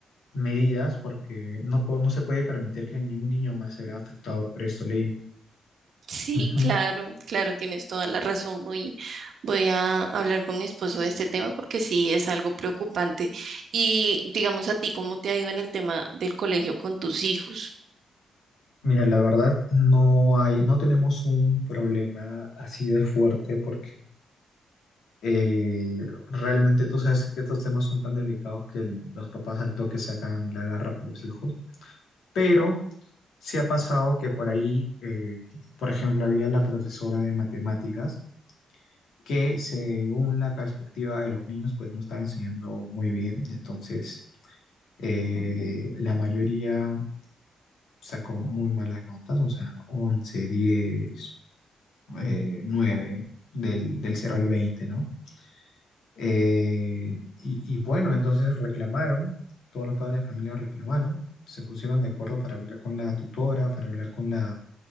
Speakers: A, on the left (about 75°); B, on the right (about 60°).
A: medidas porque no, po- no se puede permitir que ni un niño más se vea afectado por esto, ley.
B: Sí,
A: Ujú.
B: claro, claro, tienes toda la razón. Voy, voy a hablar con mi esposo de este tema porque sí es algo preocupante. Y digamos a ti, ¿cómo te ha ido en el tema del colegio con tus hijos?
A: Mira, la verdad, no hay, no tenemos un problema así de fuerte porque eh, realmente tú sabes que estos temas son tan delicados que el- los papás al toque sacan la garra por los hijos, pero Sí ha pasado que por ahí, eh, por ejemplo, había la profesora de matemáticas que según la perspectiva de los niños, pues no estaba enseñando muy bien. Entonces, eh, la mayoría sacó muy malas notas, o sea, 11 10 eh, 9, del, del cero al veinte ¿no? Eh, y, y bueno, entonces reclamaron, todos los padres de familia reclamaron, se pusieron de acuerdo para hablar con la tutora, para hablar con la